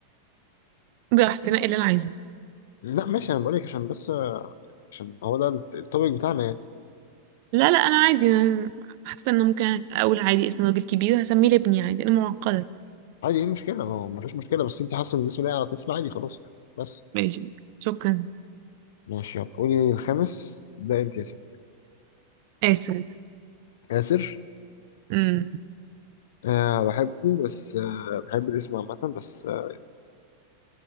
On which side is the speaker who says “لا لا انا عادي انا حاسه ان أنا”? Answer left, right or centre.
Right